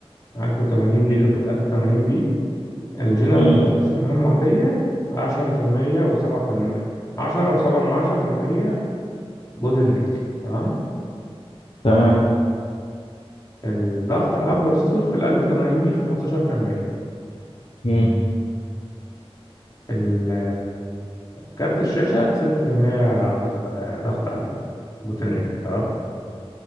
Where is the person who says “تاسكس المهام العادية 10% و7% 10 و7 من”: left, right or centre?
Left